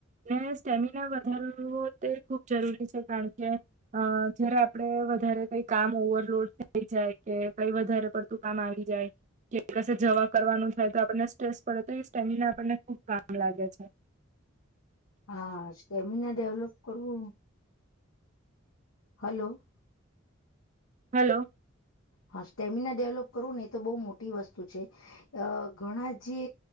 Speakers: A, on the right; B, on the left.
A: ને સ્ટેમિના વધારવો તે ખૂબ જરૂરી છે કારણ કે અહ જયારે આપડે વધારે કઈ કામ ઓવરલોડ થઈ જાય કે કઈ વધારે પડ તું કામ આવી જાય. કે કશે જવા કરવાનું થાય તો આપણને સ્ટ્રેસ પડે તો એ સ્ટેમિના આપણને ખુબ કામ લાગે છે.
B: હા, સ્ટેમિના ડેવલોપ કરવું હલો.
A: હલો.
B: હા, સ્ટેમિના ડેવલોપ કરું ને એ તો બહુ મોટી વસ્તુ છે. અહ ઘણા જે